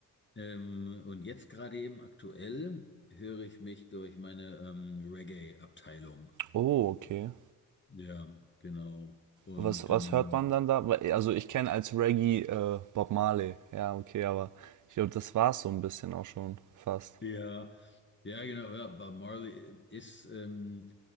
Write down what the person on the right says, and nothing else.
Oh, okay.
Was, was
hört man dann da? Also ich kenne als Reggae äh, Bob Marley. Ja, okay, aber ich glaube, das war es so ein bisschen auch schon fast.